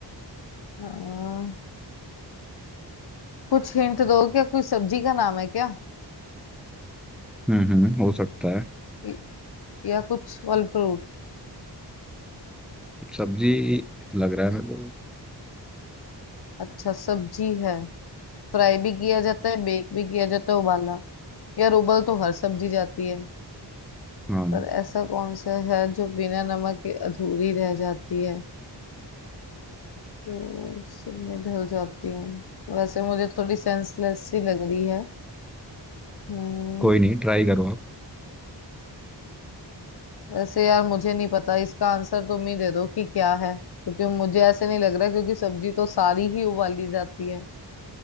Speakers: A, on the left (about 60°); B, in the centre.
A: हाँ कुछ हिंट दो क्या कोई सब्जी का नाम है क्या
B: हम्म हम्म हो सकता है
A: य- या कुछ फल फ्रूट
B: सब्जी लग रहा है मेरे को
A: अच्छा सब्जी है फ्राई भी किया जाता है बेक भी किया जाता है उबाला यार उबल तो हर सब्जी जाती है
B: हाँ
A: पर ऐसा कौन सा है जो बिना नमक के अधूरी रह जाती है तो इससे मैं ढल जाती हूँ वैसे मुझे थोड़ी सेंसलेस सी लग रही है हम्म
B: कोई नहीं ट्राई करो आप
A: वैसे यार मुझे नहीं पता इसका आंसर तुम ही दे दो कि क्या है क्योंकि मुझे ऐसे नहीं लग रहा क्योंकि सब्जी तो सारी ही उबाली जाती है